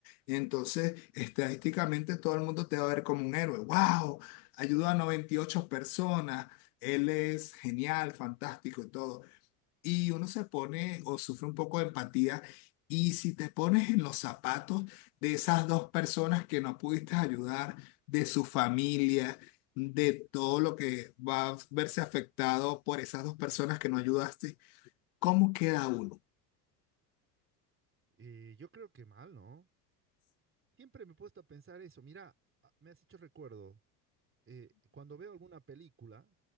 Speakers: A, on the left; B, on the right.
A: y entonces, estadísticamente, todo el mundo te va a ver como un héroe. ¡Wow! Ayudó a 98 personas. Él es genial, fantástico y todo. Y uno se pone o sufre un poco de empatía. Y si te pones en los zapatos de esas dos personas que no pudiste ayudar, de su familia, de todo lo que va a verse afectado por esas dos personas que no ayudaste, ¿cómo queda uno?
B: Eh, yo creo que mal, ¿no? Siempre me he puesto a pensar eso. Mira, a- me has hecho recuerdo, eh, cuando veo alguna película